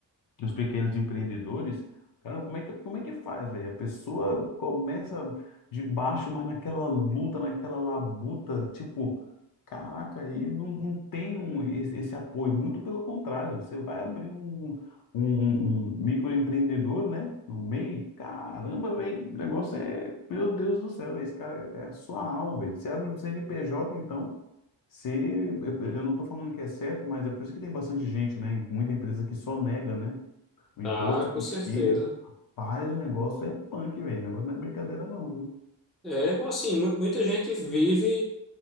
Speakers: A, on the left; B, in the centre.
A: dos pequenos empreendedores, cara, como é que, como é que faz, velho? A pessoa começa de baixo, mas naquela luta, naquela labuta, tipo, caraca, aí não, não tem um, esse, esse apoio, muito pelo contrário, você vai abrir um, um, um um microempreendedor, né, no meio, caramba, velho, o negócio é, meu Deus do céu, véi, esse cara é a sua alma, velho. Você abre um CNPJ, então, se, eu eu não estou falando que é certo, mas é por isso que tem bastante gente, né? Muita empresa que só nega, né? O
B: tá?
A: imposto
B: Com certeza.
A: que faz o negócio é punk, velho. O negócio não é brincadeira, não, viu?
B: É, assim, mu- muita gente vive